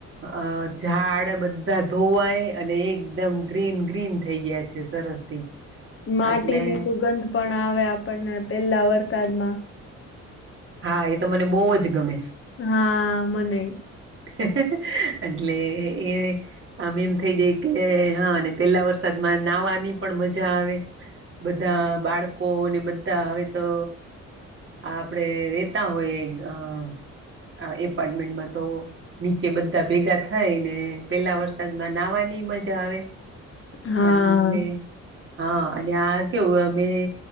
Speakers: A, on the right (about 45°); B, on the left (about 45°).
A: અ ઝાડ બધા ધોવાય અને એકદમ ગ્રીન ગ્રીન થઈ ગયા છે સરસથી
B: માટીની
A: એટલે
B: સુગંધ પણ આવે આપણને પેલા વરસાદમાં
A: હા એ તો મને બહુ જ ગમે
B: હા મને
A: છે હ એટલે એ આમ એમ થઈ જાય કે હા અને પેલા વરસાદમાં નાહવાની પણ મજા આવે બધા બાળકોને બધા હવે તો આ આપડણે રેતા હોય આ એપાર્ટમેન્ટમાં તો નીચે બધા ભેગા થાય ને પેલા વરસાદમાં નાહવાની એ મજા આવે
B: હા
A: અને હા અને આ કેવું અમે